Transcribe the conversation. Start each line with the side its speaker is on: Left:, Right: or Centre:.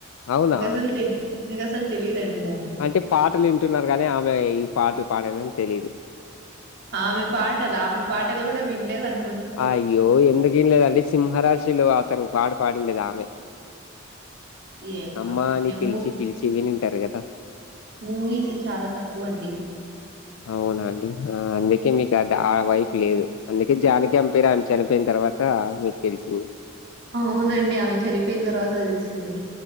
Left: అవునా
Right: నాకు అసలు తె నాకు అసలు తెలీదండి ఆమె.
Left: అంటే పాటలు వింటున్నారు గానీ ఆమె ఈ పాటలు పాడరని తెలీదు.
Right: ఆమె పాటలా ఆమె పాటలు గూడా విన్లేదు అం
Left: అయ్యో ఎందుకు ఇన్లేదండి సింహరాశిలో ఆతనికి పాట పాడిందిగి ఆమె.
Right: ఏమో
Left: అమ్మా
Right: అండి
Left: అని
Right: నేను
Left: పిలిచి పిలిచి విని ఉంటారు కదా.
Right: మూవీసు చాలా తక్కువ అండి
Left: అవునా అండి ఆ అందుకే మీకి అడా ఆడ వైప్. పి లేదు అందుకే జానికి ఆమె పేరు ఆమె చనిపోయిన్ తర్వాతా మీకు తెలిసింది.
Right: అవునండి ఆమె చనిపోయిన్ తర్వాత తెలిసింది.